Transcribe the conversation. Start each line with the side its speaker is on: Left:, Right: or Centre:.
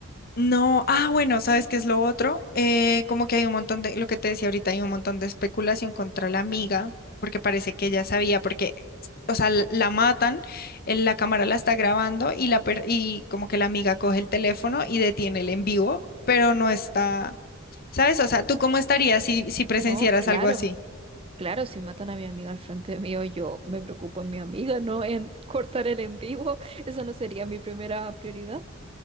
Left: No, ah, bueno, ¿sabes qué es lo otro? Eh, como que hay un montón de, lo que te decía ahorita, hay un montón de especulación contra la amiga, porque parece que ella sabía, porque, o sea, l- la matan, en la cámara la está grabando y, la per- y como que la amiga coge el teléfono y detiene el en vivo, pero no está, ¿sabes? O sea, ¿tú cómo estarías si, si presenciaras
Right: No, claro,
Left: algo así?
Right: claro, si matan a mi amiga al frente mío, yo me preocupo en mi amiga, no en cortar el en vivo. <laughs> Eso no sería mi primera prioridad.